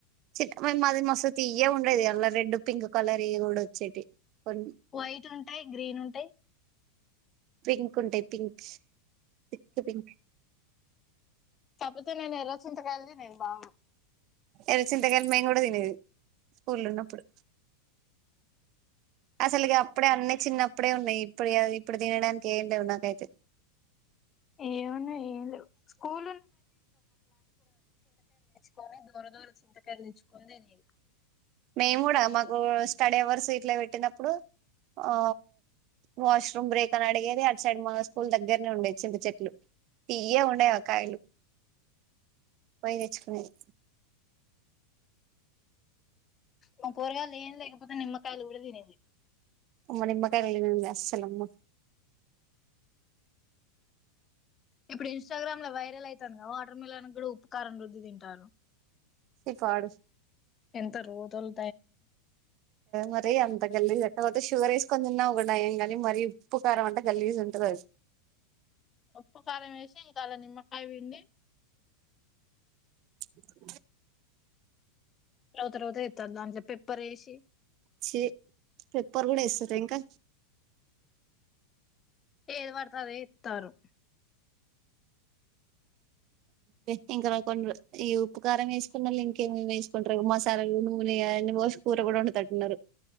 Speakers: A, on the right; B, on the left.
A: చిన్న మ మాది మస్త్ తీయగుంటాయి కదా అలా రెడ్ పింక్ కలర్ ఇవ్ కూడా వచ్చేటివి కొన్ని
B: వైట్ టూన్ ఉంటాయి గ్రీన్ ఉంటాయి
A: పింక్ ఉంటాయి పింక్స్ తిక్ పింక్
B: కాకపోతే నేను ఎర్ర చింతకాయలు దినేది బాగును
A: ఎర్ర చింతకాయలు మేము తినేది స్కూల్లో ఉన్నప్పుడు అసలుకి అప్పుడే అన్ని చిన్నప్ ఇప్పుడే ఉన్నాయి ఇప్పుడు ఇప్పుడు తినడానికి ఏం లేవు నాకైతే
B: ఏమన్నా ఏం లేవు స్కూల్ కొని దోర దోర చింతకాయలు తెచ్చుకొని తినేది
A: మేము కూడా మాకు స్టడీ అవర్స్ ఇట్ల పెట్టినప్పుడు ఆ వాష్రూమ్ బ్రేక్ అని అడిగేది అటు సైడ్ మా స్కూల్ దగ్గరనే ఉండేది చింత చెట్లు తియ్య ఉండేయి ఆకాయలు పోయి తెచ్చుకునేది
B: మా పోరగాళ్ళు ఏం తేకపోతె నిమ్మ కాయలు గూడ తినేది
A: ఓ నిమ్మకాయలు <unintelligible> అస్సల్ అమ్మ
B: ఇప్పుడు ఇన్స్టాగ్రామ్ లో వైరల్ ఐతంది కదా వాటర్ మిలన్ గూడా ఉప్పుకారం రుద్ధి తింటండ్రు
A: చి పాడు
B: ఎంత రోతల్
A: మరి అ గల్లీజ్ ఎకపోతే షుగర్ ఏసుకొని తిన ఒక నయం కాని మరి ఉప్పు కారం అంటా గల్లీజ్ ఉంటది అది
B: ఉప్పు కారం ఏషి ఇంకా అలా నిమ్మకాయ విండి
A: <unintelligible>
B: రోత రోత చెత్తరు దాంట్లో పెప్పర్ ఏసీ
A: చి పెప్పర్ గూడా ఏస్తార ఇంకా
B: ఏది పడితే అదే ఏతారు
A: పెట్ ఇంకా కొనరు ఈ ఉప్పుకారం వేసుకున్నోళ్లు ఇంకేమేమి వేసుకుంటారు మసాలాలు నూనె అయి అన్నీ పోసి కూర కూడా వండెతంటున్నారు